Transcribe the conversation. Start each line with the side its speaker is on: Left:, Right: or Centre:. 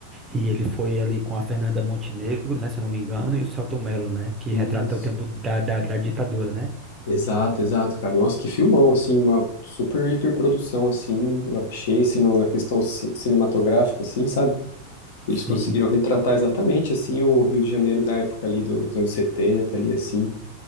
Right: e ele foi ali com a Fernanda Montenegro, né? Se eu não me engano, e o Selton Mello, né? Que
Left: Isso.
Right: retrata o tempo da, da, da ditadura, né?
Left: Exato, exato, cara. Nossa, que filmão, assim, uma super hiperprodução, assim, eu achei, assim, no- na questão ci- cinematográfica, assim, sabe? Eles
Right: Sim,
Left: conseguiram retratar exatamente, assim, o Rio de Janeiro da época ali dos anos 70 ali, assim,